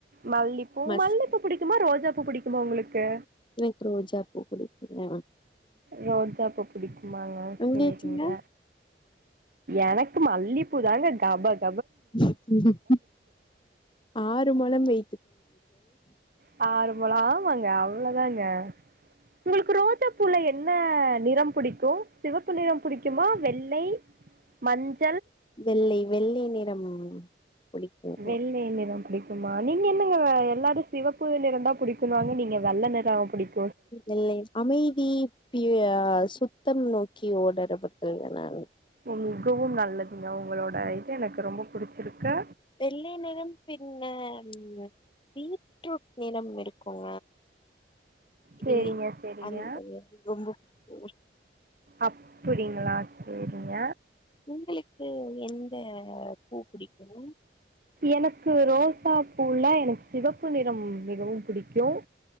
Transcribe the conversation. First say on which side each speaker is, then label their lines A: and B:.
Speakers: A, on the right; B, on the left.
A: மல்லிப் பூ
B: மஸ்
A: மல்லிப்பூ புடிக்குமா ரோஜாப்பூ புடிக் ன்னு உங்களுக்கு
B: எனக்கு ரோஜாப்பூ புடிக்குங்க
A: ரோஜாப்பூ புடிக் மாங்மாங்னு
B: உங்களுக்குங்க
A: செய்றீங்க எனக்கு மல்லிப்பூதாங்க கபக்
B: <unintelligible> ஆறு மழம் வை
A: நர்மல ஆமாங்க அவ்வளோதாங்க உங்களுக்கு ரோஜா பூவுல என்ன நிறம் பிடிக்கும் சிவப்பு நிறம் பிடிக்குமா வெள்ளை மஞ்ச
B: வெள்ளைவெள்ளை நிறம் புடிக்குங்க
A: வெள்ளை நிறம் தான் பிடிக்குமா நீங்க என்னங்க வேற எ எல்லாரு சிவப்பு நிறம் தான் புடிக்கும் நீங்க வெள்ள நிறா புடிக்கு
B: இல்லை அமைதி பியர் சு யுத்தம் நோக்கி ஓடரப்பட நானு
A: உம் மிகவும் நல்லதுங்க உங்களோட இது எனக்கு ரொம்ப பிடிச்சிருக்கு
B: வெள்ளை நிறம் பின்னர் பீட்ரூட் நிறம் இருக்கும
A: சேரிங்க
B: ஏய் இ
A: சேரிங்க
B: அனந்தது ரொம்ப புடி
A: அப்புடிங்களா சேரிங்க
B: உங்களுக்கு எந்தத பூ பிடிக்கும்
A: எனக்கு ரோசா பூவுல எனக்கு சிவப்பு நிறம் மிகவும் பிடிக்கும்